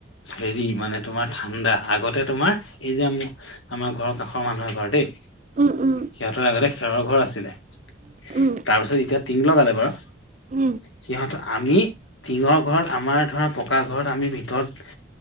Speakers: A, on the left; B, on the right.
A: হেৰি মানে তোমাৰ ঠাণ্ডা আগতে তোমাৰ এই যে আমাৰ ঘৰৰ কাষৰ মানুহৰ ঘৰ দেই।
B: উম উম
A: সিহঁতৰ আগতে খেৰৰ ঘৰ আছিলে তাৰ
B: উম
A: পিছত এতিয়া টিং লগালে বাৰু
B: উম'।
A: সিহঁত আমি টিঙৰ ঘৰত আমাৰ ধৰা পকা ঘৰত আমি ভিতৰত